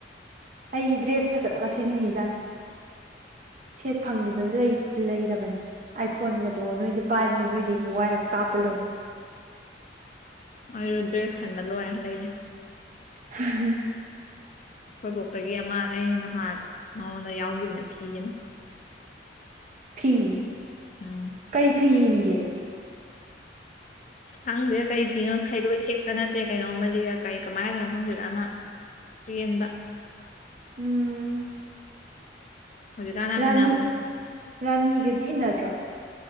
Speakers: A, on the right (about 45°); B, on the left (about 45°).
A: ꯑꯩ ꯗ꯭ꯔꯦꯁ ꯐꯖꯕ ꯒ ꯁꯦꯠꯅꯤꯡꯉꯖꯥꯠꯅꯤ ꯁꯦꯠ ꯐꯪꯗꯗꯅ ꯂꯩꯔꯕꯅꯤ ꯑꯥꯏꯐꯣꯟꯒꯗꯣ ꯅꯣꯏꯗꯤ ꯄꯥꯏꯕꯅꯤꯅ ꯅꯣꯏꯗꯒꯤ ꯋꯥꯏꯔꯒ ꯀꯥꯞꯄ ꯂꯣꯏꯔꯦ
B: ꯋꯥꯢꯔꯣ ꯗ꯭ꯔꯦꯁ ꯈꯟꯕ ꯂꯣꯏꯔꯦ ꯂꯩꯔꯦ
A: <unintelligible>
B: ꯈꯣꯏꯕꯣꯛꯇꯒꯤ ꯑꯃ ꯑ ꯅꯍꯥꯟ ꯃꯉꯣꯟꯗ ꯌꯥꯎꯈꯤꯕꯅꯦ ꯐꯤ ꯑꯃ
A: ꯐꯤ
B: ꯎꯝ
A: ꯀꯩ ꯐꯤ ꯏꯟꯒꯦ
B: ꯑꯁ ꯈꯪꯗꯦꯗ ꯀꯔꯤ ꯐꯤꯅꯣ ꯈꯩꯔꯣꯏ ꯊꯦꯛꯀ ꯅꯠꯇꯦ ꯀꯩꯅꯣꯝꯃ ꯀꯔꯤ ꯀꯃꯥꯏ ꯍꯥꯏꯗꯣꯏꯅꯣ ꯈꯪꯗꯦꯗꯅ ꯑꯃ ꯆ‌ꯦꯟꯕ
A: ꯎꯝ
B: ꯍꯧꯖꯤꯛꯀꯥꯟ ꯌꯥꯝ
A: ꯔꯥꯅꯤ
B: ꯏꯟꯅꯕꯗꯣ
A: ꯔꯥꯅꯤꯒꯗꯤ ꯏꯟꯅꯗ꯭ꯔꯣ